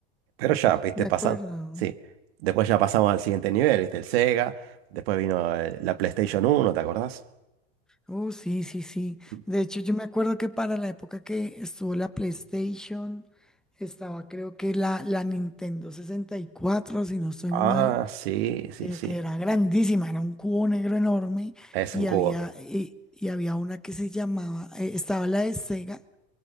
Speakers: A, on the right; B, in the centre.
A: Pero ya, viste,
B: De
A: pasando.
B: acuerdo.
A: Sí. Después ya pasamos al siguiente nivel, viste, el Sega. Después vino eh, la PlayStation uno ¿te acordás?
B: Oh, sí, sí, sí.
A: Mm.
B: De hecho, yo me acuerdo que para la época que estuvo la PlayStation, estaba creo que la, la Nintendo sesenta y cuatro si no estoy
A: Ah,
B: mal,
A: sí, sí,
B: eh,
A: sí.
B: que era grandísima, era un cubo negro enorme
A: Es
B: y
A: un cubo.
B: había, eh, y había una que se llamaba, eh, estaba la de Sega,